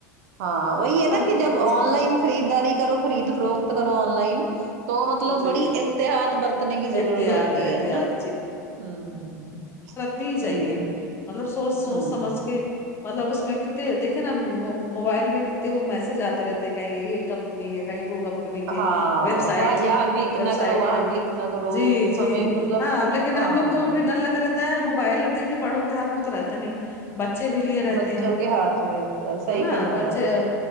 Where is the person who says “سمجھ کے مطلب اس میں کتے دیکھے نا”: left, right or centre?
Left